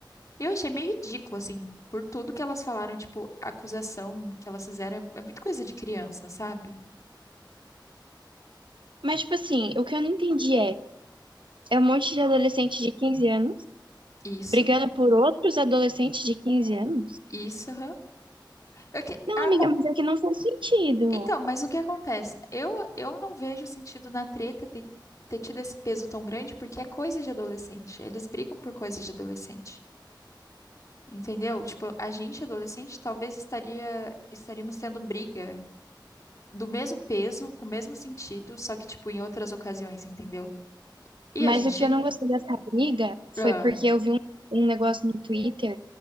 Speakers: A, on the left; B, on the right.
A: Eu achei meio ridículo, assim, por tudo que elas falaram, tipo, a acusação que elas fizeram é é muito coisa de criança, sabe?
B: Mas, tipo assim, o que eu não entendi é, é um monte de adolescente de 15 anos
A: Isso,
B: brigando por outros adolescentes de 15 anos?
A: isso, aham. Eu que-
B: Não,
A: a
B: amiga,
A: mo-
B: mas é que não faz sentido.
A: Então, mas o que acontece? Eu, eu não vejo sentido na treta ter ter tido esse peso tão grande porque é coisa de adolescente. Eles brigam por coisa de adolescente. Entendeu? Tipo, a gente adolescente talvez estaria estaríamos tendo briga do mesmo peso, com o mesmo sentido, só que tipo em outras ocasiões, entendeu? E
B: Mas
A: a gente,
B: o que eu não gostei dessa briga foi
A: ah,
B: porque eu vi um, um negócio no Twitter